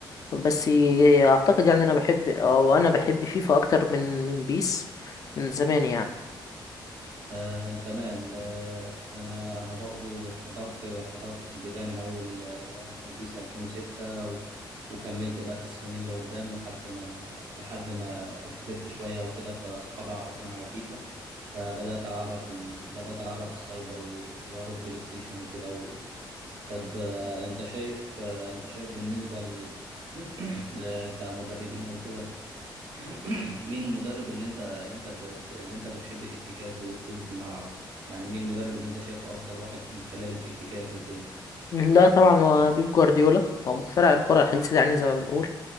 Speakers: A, on the left (about 45°); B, on the right (about 80°).
A: بس اعتقد يعني انا بحب او انا بحب فيفا اكتر من من بيس من زمان يعني
B: آه، تمام آه، انا انا برضو حضرت حضرت في البدايه من اول آه، بيس 2006 و- وكملت بقى في السنين اللي قدام لحد ما لحد ما كبرت شويه وكده فصحابي عرفوني على فيفا فبدات العبها في ال... بدات العبها في السايبر و... واروح بلاي ستيشن وكده و... طب آه، انت شايف آه، انت شايف بالنسبه ل... <clears throat> ل- كمدربين وكده <coughs> <clears throat> مين المدرب اللي انت اللي انت ب- اللي انت بتحب تكتيكاته واسلوبه في الملعب يعني مين المدرب اللي انت شايفه افضل واحد من خلال التكتيكات وكده
A: لا طبعا هو بيب جوارديولا هو مخترع الكرة الحديثة يعني زي ما بنقول